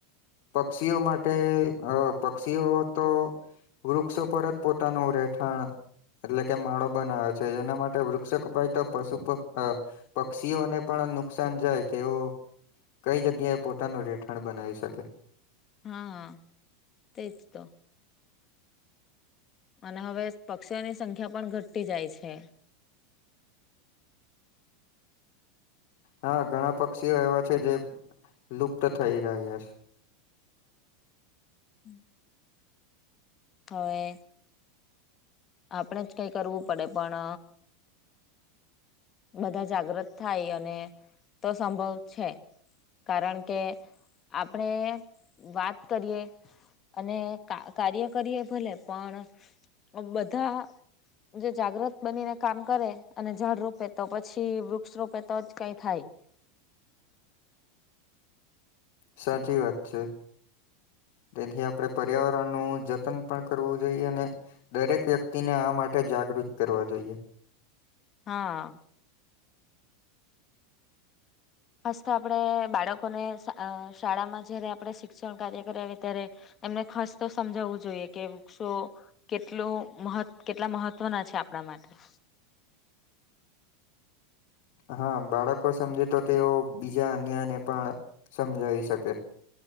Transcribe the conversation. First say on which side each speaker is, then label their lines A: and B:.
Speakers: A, on the left; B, on the left.
A: પક્ષીઓ માટે અહ પક્ષીઓ તો વૃક્ષો પર જ પોતાનું રહેઠાણ એટલે કે માળો બનાવે છે. જેના માટે વૃક્ષ કપાઈ તો પશુ પક અહ પક્ષીઓને પણ નુકસાન જાય તેવો કઈ જગ્યાએ પોતાનું રહેેઠાણ બનાવી શકે.
B: હા, હા. તે જ તો. અને હવે પક્ષીઓની સંખ્યા પણ ઘટતી જાય છે.
A: હા ઘણા પક્ષીઓ એવા છે જે લુપ્ત થઈ રહ્યા છે.
B: <inaudible> હવે આપણે જ કંઈ કરવું પડે પણ બધાં જાગ્રત થાય અને તો સંભવ છે. કારણ કે આપણે વાત કરીએ અને કા કાર્ય કરીએ ભલે પણ બધા જો જાગ્રૃત બનીને કામ કરે અને ઝાડ રોપે તો પછી વૃક્ષ રોપે તો જ કાઈ થાય.
A: સાચી વાત છે. તેથી આપણે પર્યાવરણનું જતન પણ કરવું જોઈએ અને દરેક વ્યક્તિને આ માટે જાગૃત કરવા જોઈએ.
B: હા. ખાસ તો આપણે બાળકોને શાળામાં જયારે આપણે અ શિક્ષણકાર્ય કરાવીએ ત્યારે એમને ખાસ તો સમજાવવું જોઈએ કે વૃક્ષો કેટલું મહ કેટલા મહત્વના છે આપણા માટે.
A: હા બાળકો સમજે તો તેઓ બીજા અન્યને પણ સમજાવી શકે.